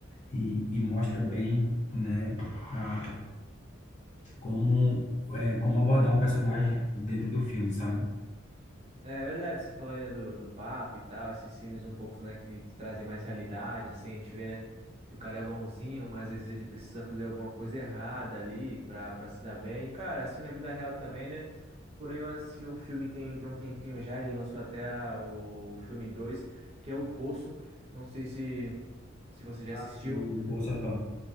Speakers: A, on the left; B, on the right.
A: e, e mostra bem, né? a- como, é, como abordar um personagem dentro do filme, sabe?
B: É verdade, você falou aí, né, do, do Papa e tal, esses filmes um pouco, né, que, que trazem mais realidade, assim, a gente vê, né, que o cara é bonzinho, mas às vezes ele precisa fazer alguma coisa errada ali pra, pra se dar bem. E, cara, assim na vida real também, né? Porém, eu assisti um filme tem, tem um tempinho já, ele lançou até a- o filme 2 que é O Poço. Não sei se, se você já
A: Assim,
B: assistiu,
A: poxa, é top.